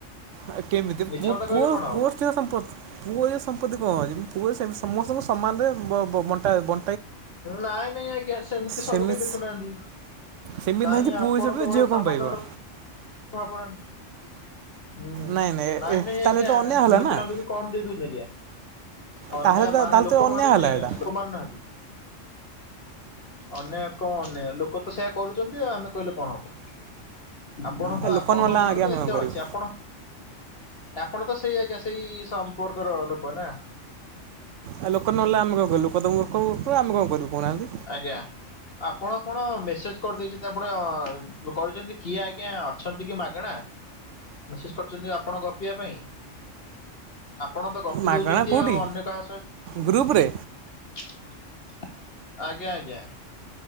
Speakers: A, on the right; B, on the left.
A: ଆ କେମିତି
B: ମିଛ
A: ପୁଅ-ପୁଅ
B: କଥା କହିଲେ କଣ
A: ପୁଅ
B: ହବ
A: ଝିଅ ସମ୍ପତି ପୁଅ ଝିଅ ସମ୍ପତ୍ତି କଣ ଅଛି ପୁଅ ସେମତି ସମସ୍ତଙ୍କୁ ସମାନରେ ବ-ବ-ବଣ୍ଟା-ବ
B: ନାଇଁ ନାଇଁ ଆଜ୍ଞା ସେମତି ସବୁଠି
A: ସେମିତି
B: ଦେଖୁନାହାନ୍ତି।
A: ସେମିତି
B: ନାଇଁ
A: ନାହିଁ ଯେ ପୁଅ
B: ଆପଣଙ୍କ
A: ହିସାବରେ
B: ଭଳିଆ
A: ଝିଅ
B: ସମସ୍ତଙ୍କର
A: କମ୍ ପାଇବ।
B: ଭାବନା ହୁଁ
A: ନାଇଁ
B: ନାଇଁ ନାଇଁ
A: ତାହେଲେ
B: ଆଜ୍ଞା
A: ତ ଅନ୍ୟାୟ ହେଲା
B: ଝିଅ
A: ନା
B: ପିଲାଙ୍କୁ ବି କମ୍ ଦେଇଦୋଉ ଆଜ୍ଞା। ଅନ୍ୟ
A: ତାହେଲେ ତ
B: ମାନେ
A: ତାହେଲେ
B: ଲୋକ
A: ତ ଅନ୍ୟାୟ
B: ମାନିବେନି
A: ହେଲା
B: ଆଜ୍ଞା
A: ଏଇଟା
B: ଲୋକ ମାନୁ ନାହାନ୍ତି। ଅନ୍ୟାୟ କଣ ନ୍ୟାୟ ଲୋକ ତ ସେୟା କରୁଚନ୍ତି ଆଉ ଆମେ କହିଲେ କଣ ହବ। ଆପଣ ତ
A: ଆ ଲୋକ
B: ଆପଣଙ୍କ
A: ନହେଲା
B: ପାଖରେ
A: ଆଜ୍ଞା
B: ତ
A: ଆମେ
B: ଏତେ
A: କ'ଣ କରିବୁ
B: ଅଛି ଆପଣ ଆପଣ ତ ସେଇ ଆଜ୍ଞା ସେଇ ସମ୍ପର୍କର ଲୋକ ନା?
A: ଆଉ ଲୋକ ନହେଲେ ଆମେ କଣ କରିବୁ ଲୋକ ତ ମୁର୍ଖ ମୁର୍ଖ ଆମେ କଣ କରିବୁ? କହୁନାହାନ୍ତି
B: ଆଜ୍ଞା ଆପଣ କଣ ମେସେଜ କରିଦେଇଚନ୍ତି ଆପଣ କହିଚନ୍ତି କିଏ ଆଜ୍ଞା ଅଛନ୍ତି କି ମାଗଣା। ମେସେଜ୍ କରିଚନ୍ତି ଆପଣ ଗପିବା ପାଇଁ। ଆପଣ ତ ଗପି
A: ମାଗଣା
B: ଦଉଛନ୍ତି
A: କେଉଁଠି
B: ଆଉ, ଅନ୍ୟ କାହା ସହିତ
A: ଗ୍ରୁପରେ
B: <unintelligible> ଆଜ୍ଞା ଆଜ୍ଞା